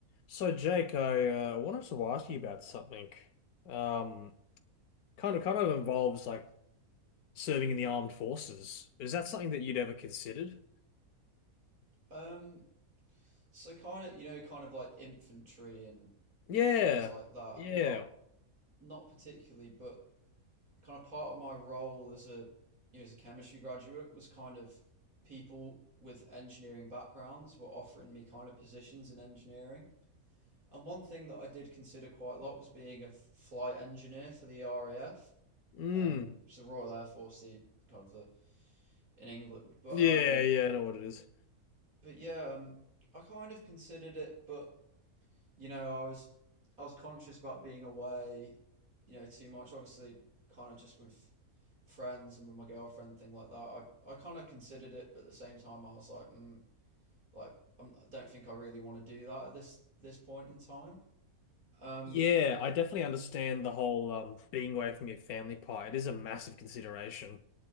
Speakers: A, on the left; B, on the right.
A: So Jake, I uh, wanted to ask you about something. Um, kind of, kind of involves like serving in the armed forces. Is that something that you'd ever considered?
B: Um, so kind of, you know, kind of like infantry and
A: Yeah,
B: things like that.
A: yeah,
B: Not not particularly, but kind of part of my role as a you know, as a chemistry graduate was kind of people with engineering backgrounds were offering me kind of positions in engineering. And one thing that I did consider quite a lot was being a flight engineer for the RAF,
A: mm,
B: um, which is the Royal Air Force, the kind of the in England. But
A: yeah,
B: um,
A: yeah. I know what it is.
B: but yeah, um, I kind of considered it, but you know, I was I was conscious about being away, you know, too much. Obviously, kind of just with friends and with my girlfriend, thing like that. I I kind of considered it, but at the same time, I was like, mm, like I'm, I don't think I really want to do that at this this point in time. Um,
A: Yeah, I definitely understand the whole um being away from your family part. It is a massive consideration.